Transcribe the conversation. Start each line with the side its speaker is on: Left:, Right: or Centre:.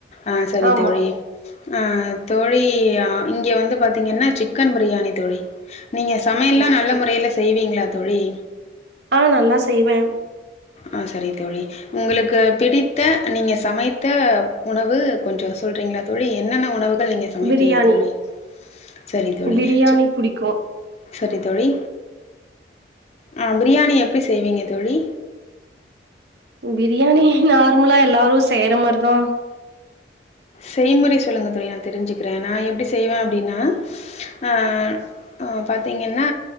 Left: ஆ சரி
Right: ஆமா
Left: தோழி ஆ தோழி இங்க வந்து பாரத்தீங்கன்னா சிக்கன் பிரியாணி தோழி நீங்க சமையல்லா
Right: ஓகே
Left: நல்ல முறைல செய்வீங்களா தோழி
Right: ஆ நல்லா செய்வே
Left: ஆ சரி தோழி உங்களுக்கு பிடித்த நீங்க சமைத்த உணவு கொஞ்ச சொல்றீங்களா தோழி என்னென்ன உணவுகள் நீங்க சமைப்பீங்க
Right: பிரியாணி
Left: தோழி செரி தோழி
Right: பிரியாணி
Left: ச
Right: புடிக்கு
Left: சரி தோழி ஆ பிரியாணி எப்டி செய்வீங்க தோழி
Right: ம் பிரியாணி நார்மலா எல்லாரும் செய்யற மாரிதான்
Left: செய்முறை சொல்லுங்க தோழி நான் தெரிஞ்சுக்கிறேன் நான் எப்டி செய்வேன் அப்டின்னா ஆ அ பாத்தீங்கன்னா